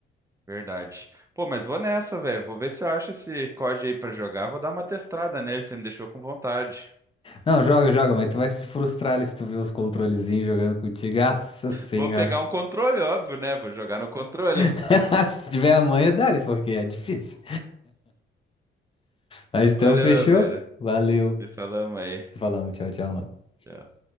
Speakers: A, on the right; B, on the left.
A: verdade. Pô, mas vou nessa, velho. Vou ver se eu acho esse código aí pra jogar. Vou dar uma testada nele, você me deixou com vontade.
B: Não, joga, joga, mas tu vai se frustrar ali se tu ver os controlezinhos jogando contigo. Nossa senhora.
A: Vou pegar um controle, óbvio, né? Vou jogar no controle.
B: <laughs> Se tu tiver a manha, dá-lhe, porque é difícil. Mas então,
A: Valeu,
B: fechou?
A: meu velho.
B: Valeu.
A: Se falamos aí.
B: Falamos, tchau, tchau, mano.
A: Tchau.